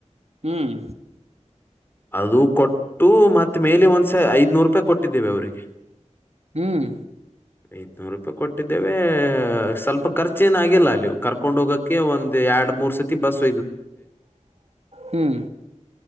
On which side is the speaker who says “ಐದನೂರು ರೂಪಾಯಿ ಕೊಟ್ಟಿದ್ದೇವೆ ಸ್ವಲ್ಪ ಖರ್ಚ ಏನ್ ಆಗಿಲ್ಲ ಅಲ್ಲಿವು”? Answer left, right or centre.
Left